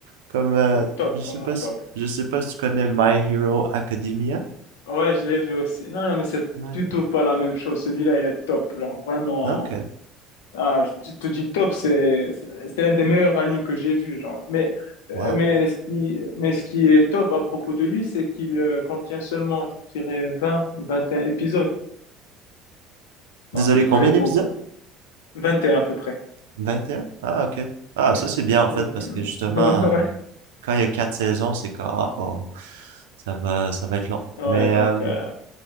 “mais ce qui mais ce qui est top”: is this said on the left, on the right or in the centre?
Left